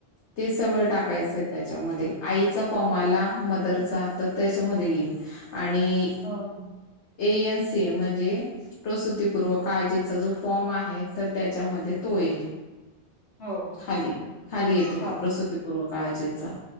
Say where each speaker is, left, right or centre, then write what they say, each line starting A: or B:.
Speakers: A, on the left (about 80°); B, on the left (about 65°).
A: ते सगळं टाकायचं. त्याच्यामध्ये आईचा फॉर्म आला मदरचा तर त्याच्यामध्ये येईल. आणि
B: हो
A: ए एन े म्हणजे प्रसपूर्व काळजीचा जो फॉर्म आहे, तर त्याच्यामध्ये तो येईल.
B: हो
A: खाली खाली येतो
B: चालेल
A: तो, प्रसुतीपूर्व काळजीचा.